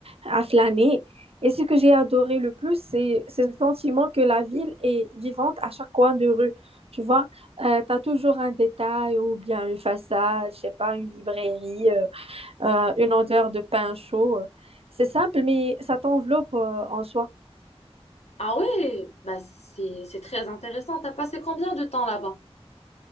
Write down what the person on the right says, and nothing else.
à flâner. Et ce que j'ai adoré le plus, c'est c'est le sentiment que la ville est vivante à chaque coin de rue. Tu vois, tu as toujours un détail ou bien une façade, je sais pas, une librairie, euh, euh, une odeur de pain chaud. C'est simple, mais ça t'enveloppe, euh, en soi.